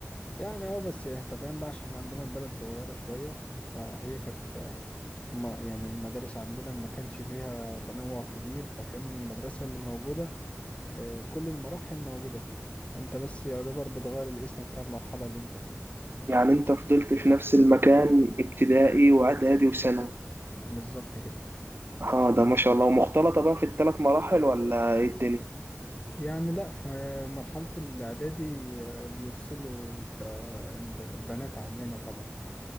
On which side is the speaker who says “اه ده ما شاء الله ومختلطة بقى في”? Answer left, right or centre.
Right